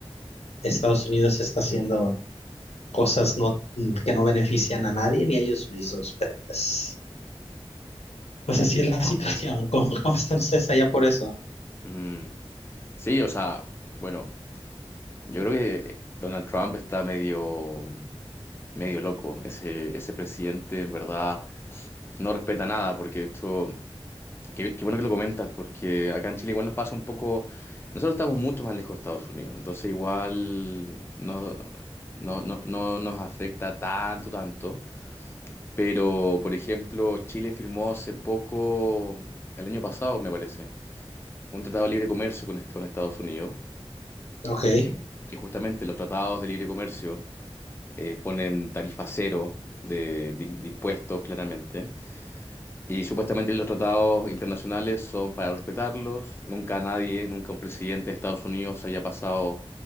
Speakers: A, on the left; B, on the left.
A: Estados Unidos está haciendo cosas no, mm, que no benefician a nadie ni a ellos mismos, pero pues, pues así es la <laughs> situación.
B: Sí.
A: ¿Cómo, cómo están ustedes allá por eso?
B: Mm, sí, o sea, bueno. Yo creo que Donald Trump está medio, medio loco. Ese, ese presidente en verdad no respeta nada, porque esto, qué, qué bueno que lo comentas, porque acá en Chile igual nos pasa un poco, nosotros estamos mucho más lejos de Estados Unidos, entonces igual no, no, no, no nos afecta tanto, tanto. Pero, por ejemplo, Chile firmó hace poco, el año pasado me parece, un tratado de libre comercio con, est- con Estados Unidos
A: Ok.
B: y
A: Eh,
B: que que justamente los tratados de libre comercio eh, ponen tarifa cero de, de- de impuestos, claramente. Y supuestamente los tratados internacionales son para respetarlos. Nunca nadie, nunca un presidente de Estados Unidos haya pasado